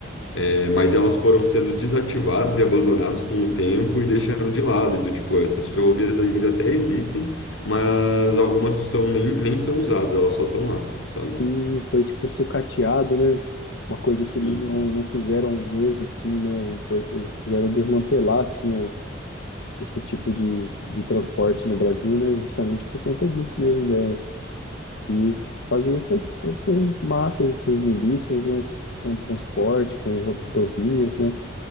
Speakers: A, on the left; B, on the left.
A: É, mas elas foram sendo desativadas e abandonadas com o tempo e deixando de lado. E do tipo, essas ferrovias ainda até existem, mas algumas são, nem, nem são usadas, elas só estão lá, sabe?
B: Sim, foi tipo sucateado, né? Uma coisa
A: Sim.
B: que eles não, não quiseram mesmo, assim, né? O pro- eles quiseram desmantelar, assim, o, esse tipo de, de transporte no Brasil, né? Justamente por conta disso mesmo, né? que fazia essas, essas máfias, essas milícias, né, com transporte, com ro- rodovias, né,